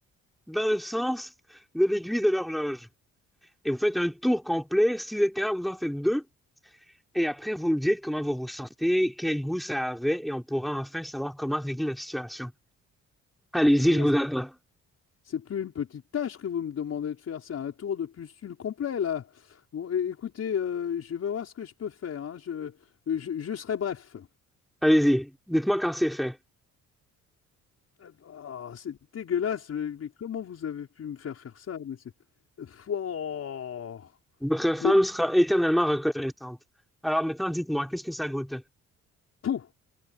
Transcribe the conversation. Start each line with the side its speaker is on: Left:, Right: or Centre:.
Centre: dans le sens de l'aiguille de l'horloge. Et vous faites un tour complet. Si vous êtes capable, vous en faites deux. Et après, vous me dites comment vous ressentez, quel goût ça avait, et on pourra enfin savoir comment régler la situation. Allez-y,
Left: Là, là,
Centre: je vous attends.
Left: c'est plus une petite tâche que vous me demandez de faire, c'est un tour de pustule complet là. Bon, é- écoutez, euh, je vais voir ce que je peux faire. hein. Je, je, je serai bref.
Centre: Allez-y. Dites-moi quand c'est fait.
Left: Euh, Oh, c'est dégueulasse, mais, mais comment vous avez pu me faire faire ça? Mais c'est... Pouah
Centre: Votre femme
Left: Mais
Centre: sera éternellement reconnaissante. Alors maintenant, dites-moi, qu'est-ce que ça goûte?
Left: pouf